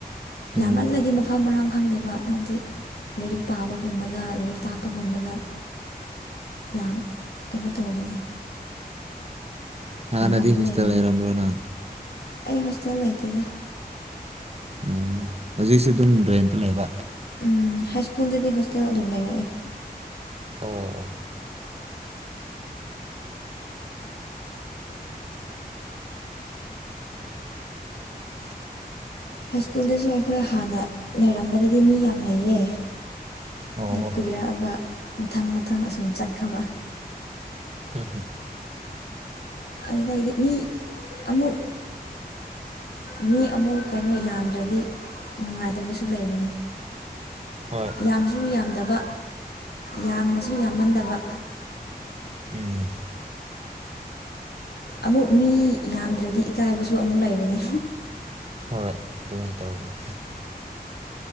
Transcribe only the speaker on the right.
ꯎꯝ
ꯍꯥꯥꯟꯅꯗꯤ
ꯍꯣꯁꯇꯦꯜ
ꯂꯩꯔꯝꯕ꯭ꯔꯣ ꯅꯪ
ꯎꯝ ꯍꯧꯖꯤꯛꯁꯨ ꯗꯨꯝ ꯔꯦꯟꯇ ꯂꯩꯕ
ꯑꯣ
ꯑꯣ
ꯑꯣ
<unintelligible>
ꯍꯣꯏ
ꯎꯝ
ꯍꯣꯏ ꯑꯗꯨꯃꯥꯏꯅ ꯇꯧꯕꯅꯤ